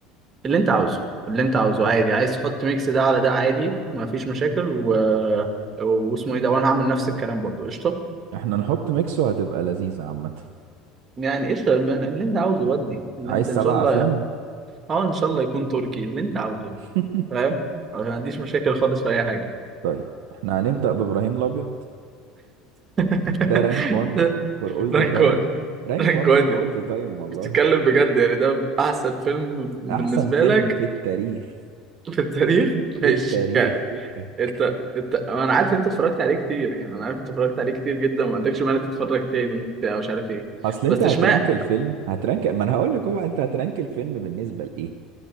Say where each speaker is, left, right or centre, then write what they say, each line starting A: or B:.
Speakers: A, on the right; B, on the right.
A: اللي انت عاوزه اللي انت عاوزه عادي عايز تحط ميكس ده على ده عادي ما فيش مشاكل و... واسمه ايه ده وانا هعمل نفس الكلام برضو قشطه
B: احنا نحط ميكس وهتبقى لذيذة عامة
A: يعني قشطه من اللي انت عاوزه ودي اللي
B: عايز
A: انت ان
B: سبع
A: شاء الله
B: افلام
A: اه ان شاء الله يكون تركي اللي انت عاوزه
B: <laughs>
A: فاهم أنا ما عنديش مشاكل خالص في اي حاجه
B: طيب احنا هنبدأ بإبراهيم الأبيض
A: <laughs>
B: ده رانك 1 فور اول
A: رانكون
B: ذا تايم رانك
A: رانكون
B: 1 فور
A: دي
B: اول ذا تايم والله
A: بتتكلم بجد يعني ده احسن فيلم بالنسبه
B: احسن فيلم
A: لك
B: في التاريخ
A: في التاريخ
B: في
A: ماشي
B: التاريخ فكك
A: انت انت انا عارف انت اتفرجت عليه كتير يعني انا عارف انت اتفرجت عليه كتير جدا وما عندكش مانع تتفرج تاني وبتاع مش عارف ايه
B: اصل انت
A: بس
B: هترانك
A: اشمعنى
B: الفيلم هترانك ما انا هقول لك هو انت هترانك الفيلم بالنسبة لايه